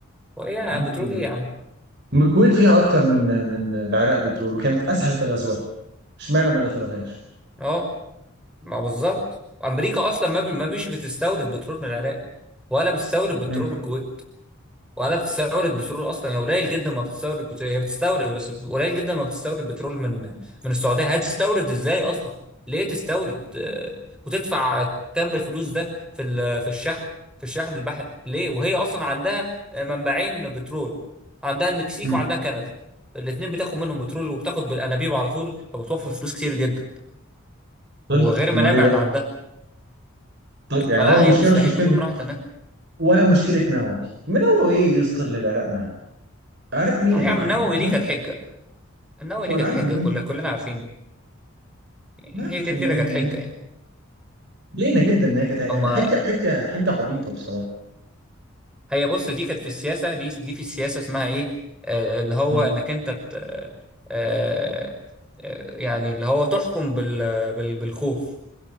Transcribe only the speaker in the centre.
وايه يا
بترول
ايه
يا عم
اه ما بالظبط امريكا اصلا ما بي- ما بيش بتستورد بترول من العراق ولا بتستورد بترول
من الكويت ولا بتستورد بترول اصلا هي قليل جدا ما بتستورد بترول هي بتستورد بس قليل جدا ما بتستورد بترول من من السعوديه هتستورد ازاي اصلا ليه تستورد آه، وتدفع كم الفلوس ده في ال- في الشحن في الشحن البحري ليه وهي اصلا عندها آه، منبعين بترول عندها المكسيك
وعندها كندا الاثنين بتاخد منهم بترول وبتاخد بالانابيب على طول فبتوفر فلوس كتير جدا
وغير المنابع
اللي عندها
فلا
هي مستحيل
تكون راحت هناك
لا
يا عم
النووي
دي كانت حجه النووي دي
كانت
حجه
كل-
كلنا عارفين يعني
هي كده
كده
كانت
حجة
يعني
اما
هي بص دي كانت في السياسة دي دي في السياسة اسمها ايه آه اللي هو
انك انت ت- آه آه يعني اللي هو تحكم بال بال بالخوف